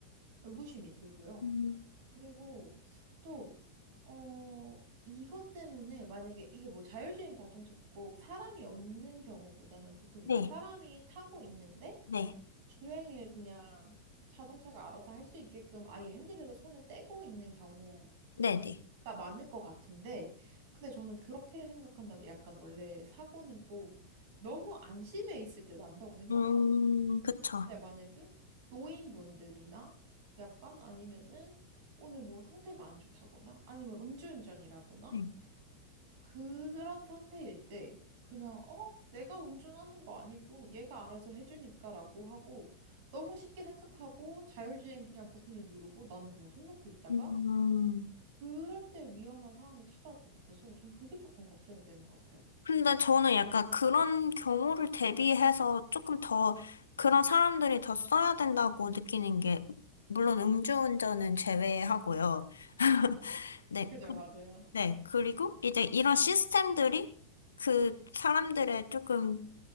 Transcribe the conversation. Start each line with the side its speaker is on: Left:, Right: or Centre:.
Right: 의구심이 들고요.
Left: 음.
Right: 그리고 또, 어, 이것 때문에 만약에 이게 뭐 자율주행 자동차가 꼭 사람이 없는 경우보다는 보통
Left: 네,
Right: 이제 사람이 타고 있는데
Left: 네,
Right: 주행을 그냥 자동차가 알아서 할 수 있게끔 아예 핸들에서 손을 떼고 있는 경우가
Left: 네, 네.
Right: 많을 것 같은데 근데 저는 그렇게 생각한다면 약간 원래 사고는 꼭 너무 안심해 있을 때 난다고 생각하거든요.
Left: 음, 그쵸.
Right: 네, 만약에 노인분들이나 약간 아니면은 오늘 뭐 상태가 안 좋다거나 아니면 음주운전이라거나
Left: 네.
Right: 그런 상태일 때 그냥 어? 내가 운전하는 거 아니고 얘가 알아서 해주니까라고 하고 너무 쉽게 생각하고 자율주행 그냥 버튼을 누르고 나는 그냥 손 놓고 있다가
Left: 음,
Right: 그럴 때 위험한 상황이 찾아올 것 같아서 전 그게 조금 걱정이 되는 것 같아요.
Left: 근데 저는 약간 그런 경우를 대비해서 조금 더 그런 사람들이 더 써야 된다고 느끼는 게, 물론 음주운전은 제외하고요. <laughs> 네,
Right: 그죠, 맞아요.
Left: 네. 그리고 이제 이런 시스템들이 그 사람들의 조금,